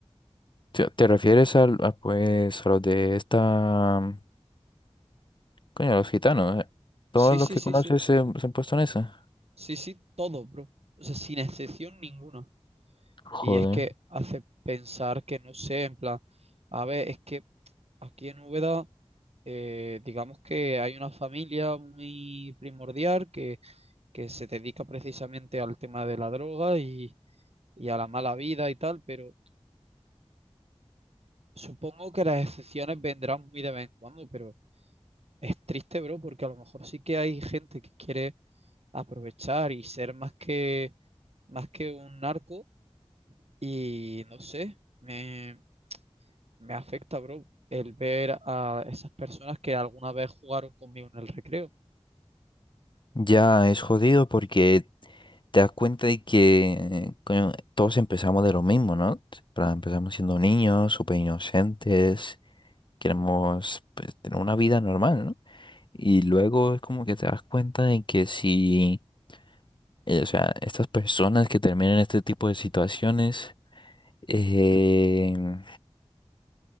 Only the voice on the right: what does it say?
Sí, sí,
sí,
sí.
Sí, sí, todos, bro. O sea, sin excepción ninguna.
Y es que hace pensar que, no sé, en plan, a ver, es que aquí en Úbeda eh, digamos que hay una familia muy primordial que que se dedica precisamente al tema de la droga y, y a la mala vida y tal, pero supongo que las excepciones vendrán muy de vez en cuando, pero es triste, bro, porque a lo mejor sí que hay gente que quiere aprovechar y ser más que, más que un narco y no sé, me, me afecta, bro, el ver a esas personas que alguna vez jugaron conmigo en el recreo.